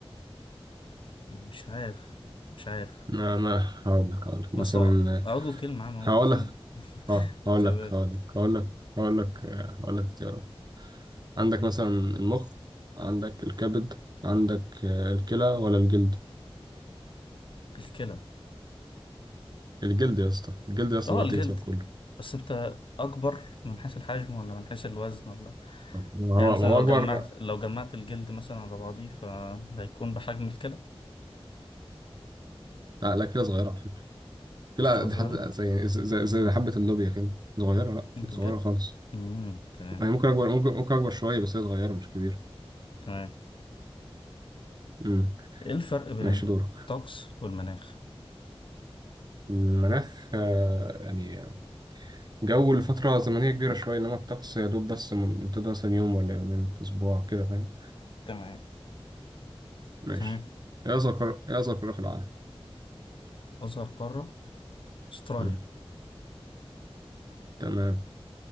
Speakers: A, on the left (about 55°); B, on the right (about 45°).
A: مش عارف مش عارف
B: ما ما هقول لك هقول لك مثلا
A: مثلا عضو كلمة عامة ممكن
B: هقول
A: مثلا
B: لك
A: <laughs>
B: اه هقول
A: تمام
B: لك هقول لك هقول لك هقول لك آه، هقول لك اختيارات عندك مثلا المخ عندك الكبد عندك آه، الكلى ولا الجلد
A: الكلى
B: الجلد يا اسطى الجلد يا اسطى
A: اه
B: مغطي
A: الجلد
B: جسمك كله
A: بس انت اكبر من حيث الحجم ولا من حيث الوزن ولا
B: ما
A: يعني
B: هو
A: مثلا
B: ما
A: لو
B: هو اكبر
A: جمعت لو جمعت الجلد مثلا على بعضيه فده هيكون بحجم الكلى
B: لا لا كده صغيره على فكره كده
A: الكلى
B: دي
A: صغيرة
B: حد زي يعني زي زي حبه اللوبيا كده صغيره لا
A: انت
B: صغيره
A: بجد
B: خالص
A: امم تمام
B: يعني ممكن اكبر ممكن ممكن اكبر شويه بس هي صغيره مش كبيره
A: تمام
B: امم
A: ايه الفرق بين
B: ماشي
A: الطقس
B: دورك
A: والمناخ
B: المناخ آه، يعني جو لفترة زمنية كبيرة شوية إنما الطقس يا دوب بس من- ممتد مثلا يوم ولا يومين أسبوع كده فاهم
A: تمام
B: ماشي
A: تمام
B: إيه أصغر قارة إيه أصغر قارة في العالم
A: اصغر قارة استراليا
B: مم. تمام